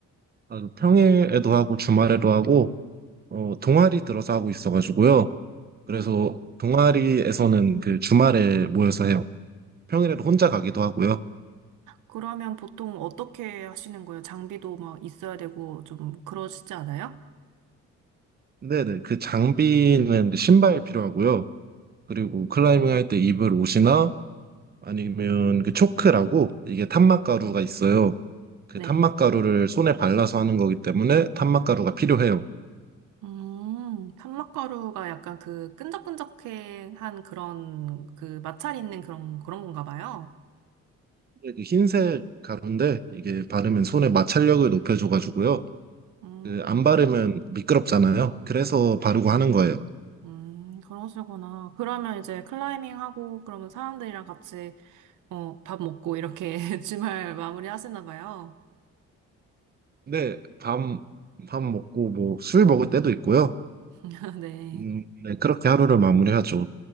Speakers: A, on the right; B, on the right.
A: 아, 평일에도 하고 주말에도 하고 어, 동아리 들어서 하고 있어가지고요. 그래서
B: 음,
A: 동아리에서는 그 주말에 모여서 해요. 평일에도 혼자 가기도 하고요.
B: 그러면 보통 어떻게 하시는 거예요? 장비도 막 있어야 되고 좀 그러시지 않아요?
A: 네네, 그 장비는 그 신발 필요하고요. 그리고 클라이밍 할 때 입을 옷이나 아니면 그 초크라고 이게 탄막가루가 있어요. 그
B: 네.
A: 탄막가루를 손에 발라서 하는 거기 때문에 탄막가루가 필요해요.
B: 음, 탄막가루가 약간 그 끈적끈적한 그런 그 마찰 있는 그런 그런 건가 봐요.
A: 그 흰색 가루인데 이게 바르면 손의 마찰력을 높여줘가지고요.
B: 음.
A: 그 안 바르면 미끄럽잖아요. 그래서 바르고 하는 거예요.
B: 음, 그러시구나. 그러면 이제 클라이밍 하고, 그러면 사람들이랑 같이, 어, 밥 먹고, 이렇게 <laughs> 주말 마무리 하시나 봐요.
A: 근데 밤, 밥 먹고 뭐 술 먹을 때도 있고요.
B: <laughs> 네.
A: 음, 네, 그렇게 하루를 마무리하죠.